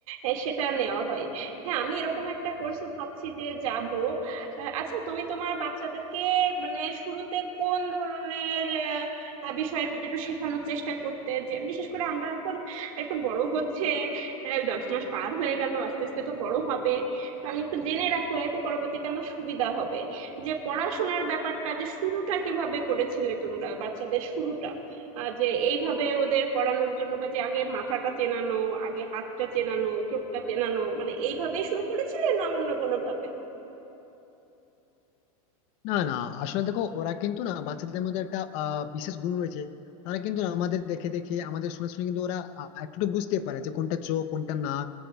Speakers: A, on the right (about 65°); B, on the left (about 40°).
A: এ, সেটা নেওয়া হয় হ্যাঁ আমি এরকম একটা কোর্সে ভাবছি যে যাব আচ্ছা তুমি তোমার বাচ্চাদেরকে মানে শুরুতে কোন ধরনের আহ, আহ, বিষয়ের প্রতি একটু শেখানোর চেষ্টা করতে যে বিশেষ করে আমরা এখন একটু বড় হচ্ছে আহ, দশ মাস পার হয়ে গেল আস্তে আস্তে তো বড় হবে তো আমি একটু জেনে রাখলে তো পরবর্তীতে আমার সুবিধা হবে যে পড়াশোনার ব্যাপারটা যে শুরুটা কিভাবে করেছিলে তোমরা বাচ্চাদের শুরুটা আহ, যে এইভাবে ওদের পড়ানোর জন্য বা যে আগে মাথাটা চেনানো আগে হাতটা চেনানো চোখটা চেনানো মানে এইভাবেই শুরু করেছিলে না অন্য কোনো ভাবে
B: না না আসলে দেখো ওরা কিন্তু না বাচ্চাদের মধ্যে একটা আহ, বিশেষ গুণ রয়েছে তারা কিন্তু না আমাদের দেখে দেখে আমাদের শুনে শুনে কিন্তু ওরা আহ, একটু একটু বুঝতে পারে যে কোনটা চোখ কোনটা নাক